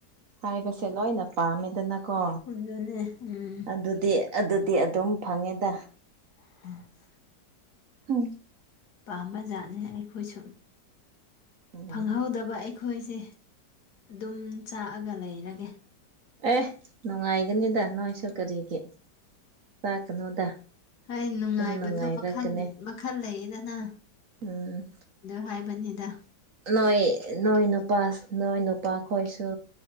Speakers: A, on the right (about 55°); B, on the left (about 65°).
A: ꯍꯥꯏꯕꯁꯦ ꯂꯣꯏꯅ ꯄꯥꯝꯃꯦꯗꯅꯀꯣ
B: ꯑꯗꯨꯅꯦ ꯎꯝ
A: ꯑꯗꯨꯗꯤ ꯑꯗꯨꯗꯤ ꯑꯗꯨꯝ ꯐꯪꯉꯦꯗ
B: <inaudible>
A: ꯍꯝ
B: ꯄꯥꯝꯕ ꯖꯥꯠꯅꯦ ꯑꯩꯈꯣꯏꯁꯨ
A: ꯎꯝ
B: ꯐꯪꯍꯧꯗꯕ ꯑꯩ ꯈꯣꯏꯁꯦ ꯑꯗꯨꯝ ꯆꯥꯛꯑꯒ ꯂꯩꯔꯒꯦ
A: ꯑꯦ ꯅꯨꯡꯉꯥꯏꯒꯅꯤꯗ ꯅꯣꯏꯁꯨ ꯀꯔꯤꯒꯤ ꯆꯥꯛꯀꯅꯣꯗ
B: ꯑꯩ ꯅꯨꯡꯉꯥꯏꯕꯗꯣ
A: ꯑꯗꯨꯝ ꯅꯨꯡꯉꯥꯏꯔꯛꯀꯅꯤ
B: ꯃꯈꯜ ꯃꯈꯜ ꯂꯩꯌꯦꯗꯅ
A: ꯎꯝ
B: ꯅꯪ ꯍꯥꯏꯕꯅꯤꯗ
A: ꯅꯣꯏ ꯅꯣꯏ ꯅꯨꯄꯥꯁꯨ ꯅꯣꯏ ꯅꯨꯄꯥ ꯈꯣꯏꯁꯨ